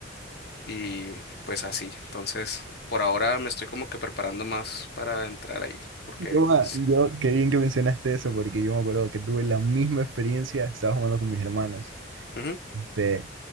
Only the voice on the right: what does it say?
yo, me-
yo, qué bien que mencionaste eso, porque yo me acuerdo que tuve la misma experiencia, estaba jugando con mis hermanas.
Este,